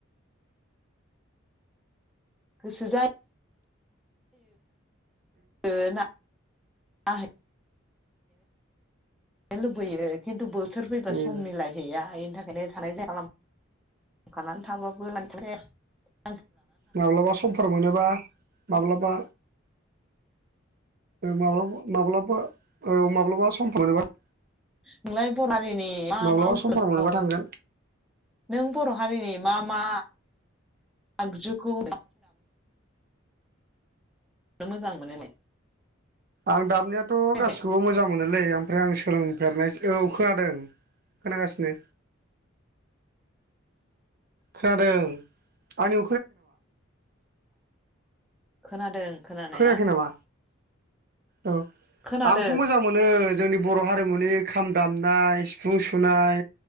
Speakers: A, in the centre; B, on the right.
A: गोसो जायो ओ ना <unintelligible> लुबैयो खिन्थु बोथोर फैबा
B: उम
A: सम मिलायहैया बेनि थाखाय <unintelligible>
B: माब्लाबा समफोर मोनोबा माब्लाबा माब्लाबा माब्लाबा औ माब्लाबा सम मोनोबा
A: नोंलाय ब <unintelligible>
B: माब्लाबा समफोर मोनोबा थांगोन
A: नों बर' हारिनि मा मा आगजुखौ मोजां मोनो
B: आं दामनायाथ'
A: खोनायाखै
B: गासिखौबो मोजां मोनोलै ओमफ्राय आं सोलोंफेरनायसै औ खोनादों खोनागासिनो खोनादों आंनि
A: खोनादों खोनानाया
B: खोनायाखै नामा औ
A: खोनादों
B: आंथ' मोजां मोनो जोंनि बर' हारिमुनि खाम दामनाय सिफुं सुनाय